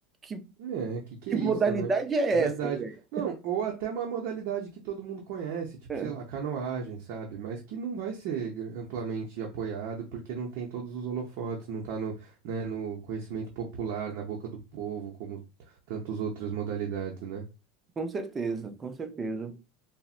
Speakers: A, on the right; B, on the right.
A: Que
B: É, que que
A: que
B: é isso,
A: modalidade
B: né?
A: é
B: É verdade.
A: essa, Greg?
B: Não, ou até uma modalidade que todo mundo conhece, tipo,
A: É,
B: sei lá, canoagem, sabe? Mas que não vai ser gra- amplamente apoiado porque não tem todos os holofotes, não tá no, né, no conhecimento popular, na boca do povo, como tantas outras modalidades, né?
A: com certeza, com certeza,